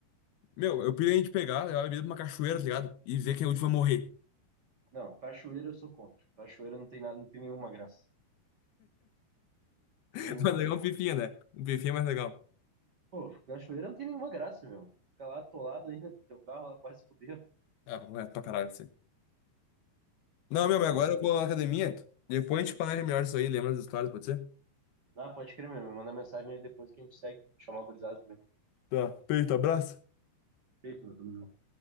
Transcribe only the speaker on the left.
Meu, eu pirei a gente pegar, levar a bebida pra uma cachoeira, tá ligado? E ver quem é o último a morrer.
<laughs>
Mas legal
é um pifinha, né? Um pifinha é mais legal.
Ah, é pra caralho isso aí. Não, meu, mas
agora
eu vou na academia. Depois a gente planeja melhor isso aí, lembra das histórias, pode ser?
Tá, feito, abraço.